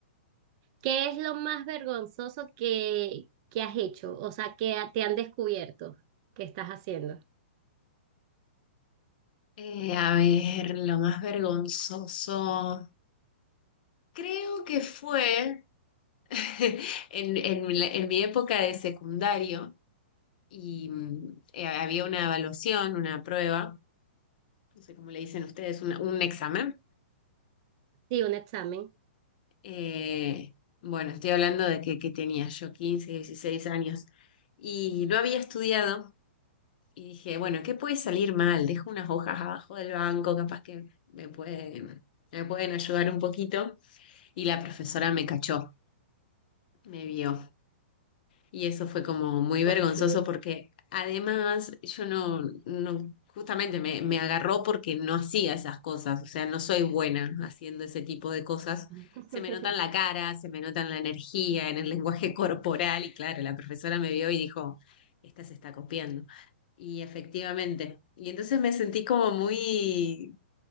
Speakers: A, on the right; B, on the left.
A: qué es lo más vergonzoso que, que has hecho? O sea, que te han descubierto que estás haciendo.
B: Eh, a ver, lo más vergonzoso creo que fue <laughs> en, en la- en mi época de secundario. y mm, eh, había una evaluación, una prueba, no sé cómo le dicen ustedes, una- un examen.
A: Sí, un examen.
B: Eh, bueno, estoy hablando de que, que tenía yo 15, 16 años y no había estudiado y dije, bueno, ¿qué puede salir mal? Dejo unas hojas abajo del banco, capaz que me pueden, me pueden ayudar un poquito. Y la profesora me cachó, me vio Y eso fue como muy vergonzoso
A: Ok.
B: porque además yo no, no justamente me, me agarró porque no hacía esas cosas, o sea, no soy buena haciendo ese tipo de cosas.
A: <laughs>
B: Se me nota en la cara, se me nota en la energía, en el lenguaje <laughs> corporal y claro, la profesora me vio y dijo, esta se está copiando. Y efectivamente, y entonces me sentí como muy